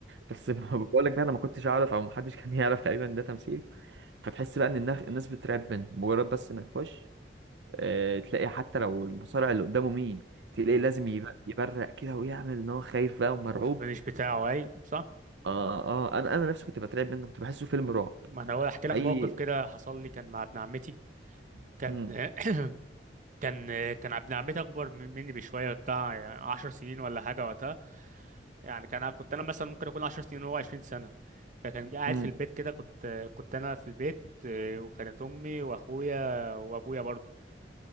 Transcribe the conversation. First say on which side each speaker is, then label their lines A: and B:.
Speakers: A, on the right (about 80°); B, on the right (about 45°).
A: بس <laughs> بقول لك بقى انا ما كنتش اعرف او ما حدش كان <laughs> يعرف تقريبا إن ده تمثيل فتحس بقى ان الناس الناس بترعب منه مجرد بس ما يخش آه، تلاقي حتى لو المصارع اللي قدامه مين تلاقيه
B: اه
A: لازم يب- يبرق كده ويعمل ان هو خايف بقى ومرعوب
B: والفينش بتاعه اي صح
A: اه اه انا انا نفسي كنت بترعب منه كنت بحسه فيلم
B: م-
A: رعب
B: ما انا هقول احكي لك
A: اي
B: موقف كده حصل لي كان مع ابن عمتي كان
A: امم
B: <clears throat> كان كان ابن عمتي اكبر من- مني بشويه بتاع يعني 10 سنين ولا حاجه وقتها يعني كان كنت انا مثلا ممكن اكون 10 سنين وهو 20 سنه فكان قاعد
A: امم
B: في البيت كده كنت كنت انا في البيت آه، وكانت امي واخويا وابويا برضه